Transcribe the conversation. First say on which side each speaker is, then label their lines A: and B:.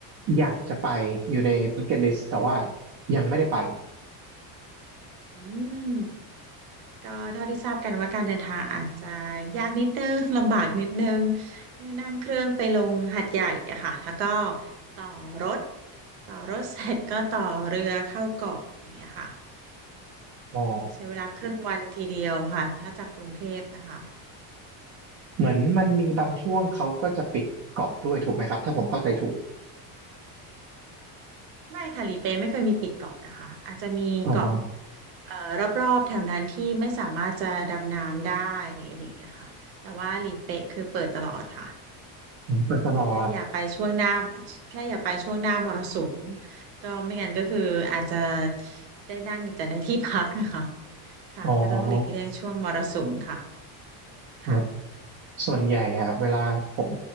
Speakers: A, on the right; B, on the right.
A: อยากจะไปอยู่ใน b u c k e t List แต่ว่ายังไม่ได้ไป
B: อืมก็เท่าที่ทราบกันว่าการเดินทางอาจจะยากนิดนึง <laughs> ลำบากนิดนึงนั่งเครื่องไปลงหาดใหญ่อะค่ะแล้วก็ต่อรถต่อรถเสร็จก็ต่อเรือเข้าเกาะอย่างเงี้ยค่ะ
A: อ๋อ
B: ก็ใช้เวลาครึ่งวันทีเดียวค่ะถ้าจากกรุงเทพนะคะ
A: เหมือนมันมีบางช่วงเขาก็จะปิดเกาะด้วยถูกไหมครับถ้าผมเข้าใจถูก
B: ไม่ค่ะหลีเป๊ะไม่เคยมีปิดเกาะนะคะอาจจะมีเกาะ
A: อ๋อ
B: เอ่อรอบๆแถวนั้นที่ไม่สามารถจะดำน้ำได้อะไรอย่างเงี้ยค่ะแต่ว่าหลีเป๊ะคือเปิดตลอดค่ะ
A: เปิดตลอด
B: แค่อย่าไปช่วงหน้าแค่อย่าไปช่วงหน้ามรสุมก็ไม่งั้นก็คืออาจจะได้นั่งอยู่แต่ในที่พักนะคะค่ะก็ต้องหลีกเลี่ยงช่วงมรสุมค่ะ
A: อ๋อครับ
B: ค่ะ
A: ส่วนใหญ่อะเวลาผม